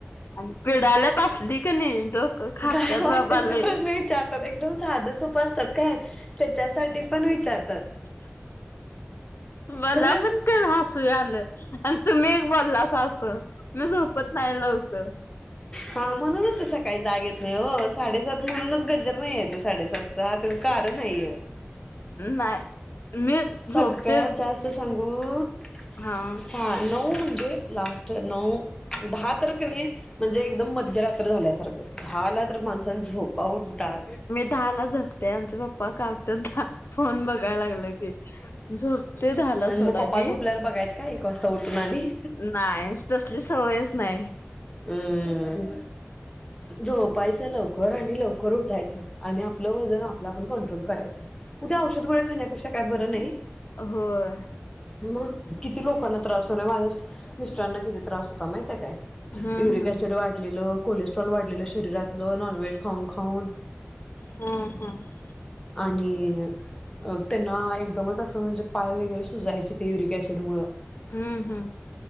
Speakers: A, on the left (about 60°); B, on the left (about 20°).
A: आणि पिडाल्यात असली कणी <unintelligible>
B: काय वाटल
A: बाबा
B: ते
A: लय
B: प्रश्न विचारतात, एकदम साधं सोप प असतात काय, त्याच्यासाठी पण विचारतात.
A: मला
B: खरंच
A: पण काय हसू आल. तुम्ही एक बोलासा अस मी झोपत नाही लवकर.
B: हां, म्हणूनच सकाळी जाग येत नाही ओ, साडेसात म्हणूनच गजर नही याच्यात. साडे सातचा त्याच कारण हाय य.
A: नाय मी.
B: सगळ्यात
A: झोपते
B: जास्त सांगू,
A: हा
B: सा, नऊ म्हणजे लास्ट नऊ, दहा तर कणी म्हणजे एकदम मध्यरात्र झाल्यासारखं, दहाला तर माणसान झोपाव कुठं
A: दहा ला झोपतेय, आमचा पप्पा कावत्यात <unintelligible> फोन बघायला लागल की, झोपतेय दहा ला,
B: आणि
A: सोडा
B: मग पप्पा
A: मी.
B: झोपल्यावर बघायचं काय एक वाजता उठून आणि
A: नाय, तसली सवयच नाय.
B: हम्म, झोपायचं लवकर आणि लवकर उठायचं. आणि आपलं वजन, आपलं आपण, कंट्रोल करायचं, उद्या औषध गोळ्या खाण्यापेक्षा काय बरं नही.
A: होय
B: म किती लोकांना त्रास होलाय, माझ्या च मिस्टरांना किती त्रास होता, माहितीये काय?
A: हम्म
B: युरिक ऍसिड वाढलेलं, कोलेस्ट्रॉल वाढलेलं शरीरातलं, नॉनव्हेज खाऊन खाऊन.
A: हम्म ह्म.
B: आणि त्यांना, एकदमच असं, म्हणजे पाय वगैरे सुजायचें, ते युरिक ऍसिड मुळं.
A: हम्म हम्म.